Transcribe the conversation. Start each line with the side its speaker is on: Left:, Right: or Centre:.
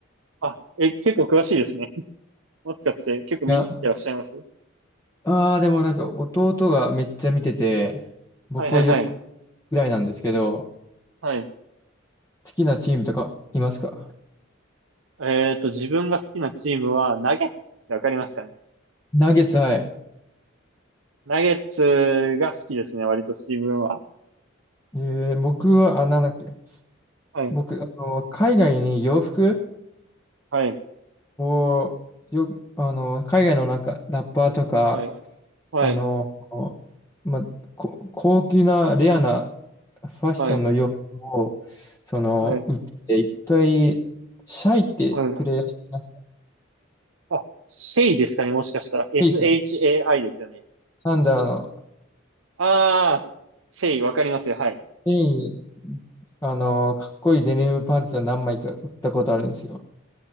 Right: あ、え、結構詳しいですね。もしかして結構見てらっしゃいます
Left: いや、ああ、でもなんか弟がめっちゃ見てて、僕はよく
Right: はいはいはい。
Left: ぐらいなんですけど、
Right: はい。
Left: 好きなチームとかいますか
Right: えっと、自分が好きなチームは、ナゲッツってわかりますかね
Left: ナゲッツ、はい。
Right: ナゲッツが好きですね、割と自分は。
Left: えー僕は、あ、なんだっけ。
Right: はい。
Left: 僕、あの、海外に洋服
Right: はい。
Left: を、よ、あの、海外のなんか、ラッパーとか、
Right: はい。はい。
Left: あの、ま、こ高級な、レアなファッションの洋服を、
Right: はい。
Left: その、
Right: はい。
Left: 売って、一回、シャイってプレイヤーいますか
Right: はい。あ、シェイですかね、もしかしたら。SHAI
Left: シェイク
Right: ですよね。
Left: サンダーの、
Right: ああ、シェイ、わかりますよ。はい。
Left: フェインあの、かっこいいデニムパンツを何枚か売ったことあるんですよ。